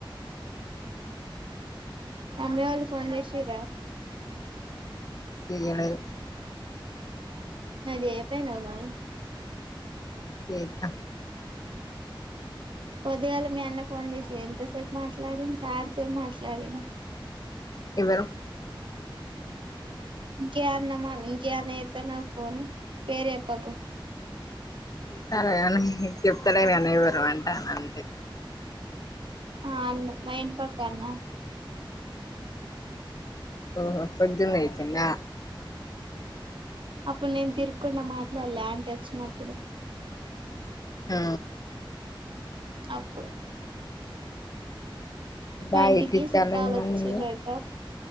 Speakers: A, on the right; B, on the left.
A: మమ్మీ వాళ్ళు ఫోన్ చేసినారా?
B: ఇక లేదు.
A: అదే అయిపోయినావు నువ్వు
B: చేస్తాం
A: పొద్దిగాల మీ అన్న ఫోన్ చేసి ఎంతసేపు మాట్లాడిన్దు చాలాసేపు మాట్లాడినా
B: ఎవరో
A: ఇంకే అన్న అమ్మా ఇంకే అన్న చేత్తారు పేరు చెప్పకు.
B: సరేగాని చెప్తాలేరు గనే యవరు అంటాను అంతే.
A: ఆ అన్న మ ఇంంటి పక్కన్నా
B: ఓహో పొద్దున్నే చేసిండా
A: అప్పుడు నేను తిరగకుండా మాట్లాడలే ఆంటీ వచ్చినప్పుడు.
B: ఆ
A: అప్పుడు మాఇంటికి
B: బాగా ఎక్కిరిత్తాల్లేంది
A: చుట్టాలొచ్చిర్రి
B: మళ్ళీ నిన్ను
A: అంట